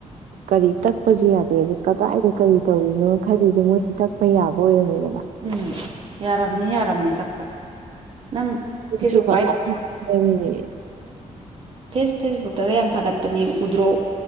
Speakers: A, on the right (about 80°); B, on the right (about 45°).
A: ꯀꯔꯤ ꯇꯛꯄꯖꯨ ꯌꯥꯗꯦꯗꯨ ꯀꯗꯥꯏꯗ ꯀꯔꯤ ꯇꯧꯔꯤꯅꯣ ꯈꯜꯂꯤꯖꯦ ꯃꯣꯏꯗꯤ ꯇꯛꯄ ꯌꯥꯕ ꯑꯣꯏꯔꯝꯃꯤꯗꯅ
B: ꯎꯝ ꯌꯥꯔꯝꯅꯤ ꯌꯥꯔꯝꯅꯤ ꯇꯛꯄ ꯅꯪ
A: <unintelligible>
B: ꯐꯦꯁꯕꯨꯛ ꯐꯦꯁ ꯐꯦꯁꯕꯨꯛꯇꯒ ꯌꯥꯝ ꯊꯥꯒꯠꯄꯅꯦ ꯎꯗ꯭ꯔꯣ